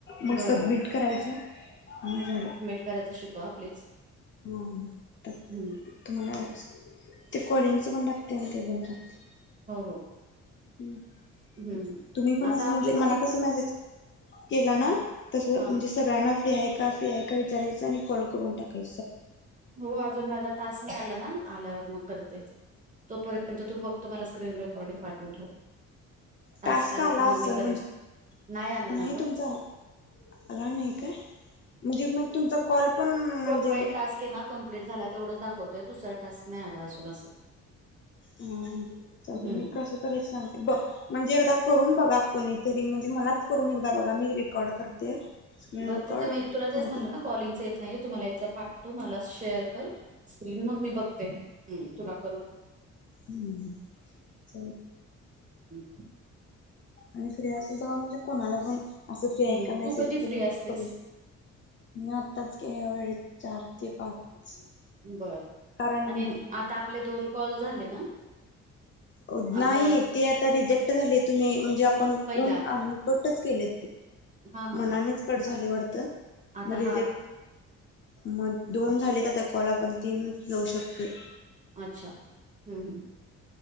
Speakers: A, on the left (about 40°); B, on the right (about 25°).
A: मग
B: बरं
A: सबमिट
B: बरं
A: करायचं मग झालं.
B: करायच शिकवा प्लीज.
A: हा ह टाकते
B: हं.
A: तुम्हाला ते कॉडिंगस पण टाकते ते पण टाकते.
B: हो हो.
A: ह्
B: हं.
A: तुम्ही पण
B: आता
A: अस म्हणजे
B: आपले
A: मला कसं मेसेज. केला ना
B: हां
A: तस म्हणजे.
B: हां
A: सगळ्यांना फ्री आहे का फ्री आहे का विचारायचं आणि. कॅल करून टाकाय
B: हो अजून माझा तास नाही आला ना. आल्यावर मग करते तोपर्यंत तू बघ मला स्क्रीन रेकॉर्डिंग. पाठवून ठेव टास्क
A: टाॅस्क आला
B: की मग
A: असेल
B: मी करेन
A: म्हंजे
B: आला
A: नाही
B: ना ग
A: तुमचा, आला नाही काय म्हणजे मग तुमचा कॉल पण म्हणजे,
B: फहिल टास्क आहे ना कंप्लीट झाला तेवढंच दाखवतोय दुसरा टास्क आला नाही असून असं,
A: मग चालतंय
B: हम्म
A: मी कसं तरी सांगते बघ, म्हणजे एकदा करून बघा कोणीतरी म्हणजे मलाच करून एकदा बघा मी रेकॉर्ड करते. स्क्रीन
B: बरं
A: रेकॉर्ड
B: तिथ मी तुला तेच
A: मग
B: म्हटलं
A: तुम
B: ना कॉलींगच येत नाही आहे तु मला एकदा पाठतो मला शेअर कर स्क्रीन मग मी बघते तुला करून?
A: ह्म्म ह्म्म चालेल
B: हम्म
A: आणि फ्री असेल तर म्हणजे कोणाला पण असं फ्री आहे
B: हम्म.
A: का मेसेज
B: तू कधी
A: करून
B: फ्री असतेस
A: मग करू शको मी आत्ताच केला ह्या वेळेत चार ते पाच.
B: बरं
A: कारण
B: आणि आता आपले दोन कॉल झाले ना?
A: अ
B: असं
A: नाही ते आता रिजेक्ट झाले तुम्ही म्हणजे आ कोण
B: पहिला
A: कोण आम कट्टच केलेत ते
B: हा हा
A: मनानेच कट
B: आ-
A: झाले वाटतं.
B: आता
A: मग रिजेक्ट,
B: हा
A: मग दोन झालीत आत्ता कॉल आपण तीनच लाऊ शकतोय.
B: अच्छा ह्म ह्म